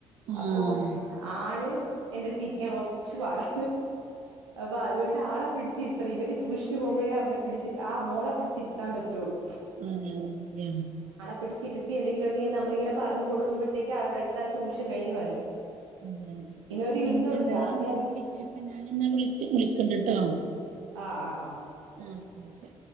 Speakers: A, on the right (about 55°); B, on the right (about 80°).
A: ആഹ്
B: അപ്പൊ ആള് എന്റെടുത്തിരിക്കാൻ കൊറച്ച് പാടാ. അപ്പൊ അതുകൊണ്ട് ആളെ പിടിച്ചിരിത്തണം ഇവര് ട്യൂഷന് പോകുമ്പോഴേ അവനെ പിടിച്ചിരി, ആ മോളെ പിടിച്ചിരുത്താൻ പറ്റൊള്ളൂ.
A: ഉം
B: പിടിച്ചിരുത്തി എന്തങ്കിലൊക്കെ നമ്മളിങ്ങനെ പറഞ്ഞ് കൊടുക്കുമ്പയത്തേക്കും അടുത്താള് ട്യൂഷൻ കഴിഞ്ഞ് വരും.
A: അതെ അതെ
B: ഒരു
A: പിന്നെ
B: യുദ്ധമാണ്
A: വേറെന്തൊക്കെണ്ട്
B: രാവിലെ അഞ്ച്
A: വിശേഷം? ഞാനെന്നാ വിള്ച്ച് വിളിക്കണ്ട്ട്ടോ.
B: ആ ആ ആ.
A: ആ ഓക്കെ ഓക്കെ.